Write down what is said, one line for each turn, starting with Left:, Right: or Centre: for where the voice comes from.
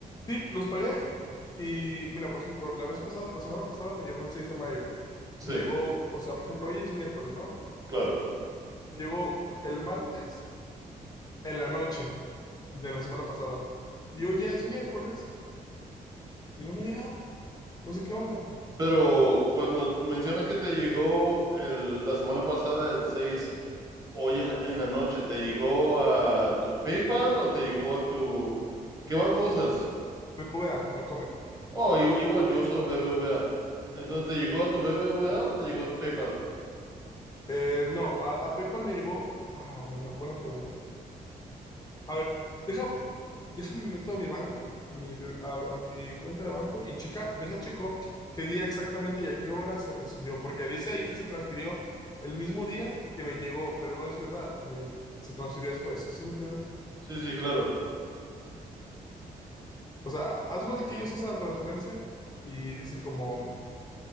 Left: Sí, los pagué. Y mira, por ejemplo, la vez pasada, la semana pasada me llegó el 6 de mayo.
Right: Sí,
Left: Me llegó, o sea, por ejemplo, hoy es miércoles, ¿no?
Right: claro.
Left: Me llegó el martes en la noche de la semana pasada. Y hoy ya es miércoles y no me ha llegado. No sé qué onda.
Right: Pero cuando mencionas que te llegó el- la semana pasada el 6, hoy en, en la noche, ¿te llegó a tu PayPal o te llegó a tu... ¿Qué banco usas?
Left: BBVA, Bancomer.
Right: Oh, igu- igual, yo uso BBVA. Entonces, ¿te llegó a tu BBVA o te llegó a tu PayPal?
Left: Eh, no, a, a PayPal me llegó. Ah, buena, buena pregunta. A ver, deja, déjame meto a mi banco, a mi, be- a, a mi cuenta de banco y checa, deja checo qué día exactamente y a qué hora se recibió, porque dice ahí que se transfirió el mismo día que me llegó, pero no es verdad, me, se transfirió después, ¿sí me entiendes?
Right: Sí, sí, claro.
Left: O sea, haz de cuenta que ellos hacen la transferencia y dice como,